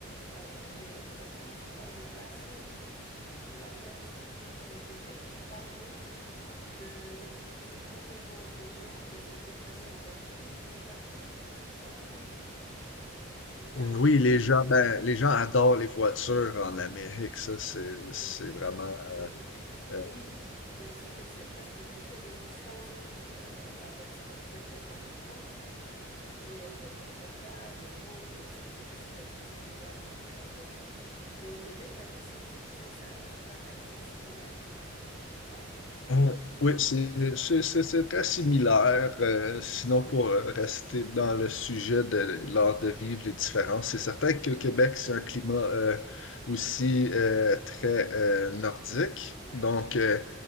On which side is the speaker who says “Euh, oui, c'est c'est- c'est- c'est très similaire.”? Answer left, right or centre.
Left